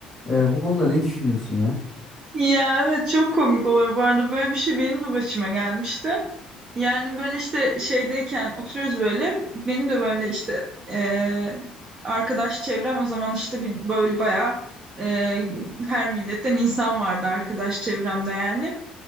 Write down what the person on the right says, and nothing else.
Ya evet çok komik oluyor bu arada böyle bir şey benim de başıma gelmişti. Yani böyle işte şeydeyken oturuyoruz böyle benim de böyle işte eee, arkadaş çevrem o zaman işte bir böyle bayağı eee, her milletten insan vardı arkadaş çevremde yani.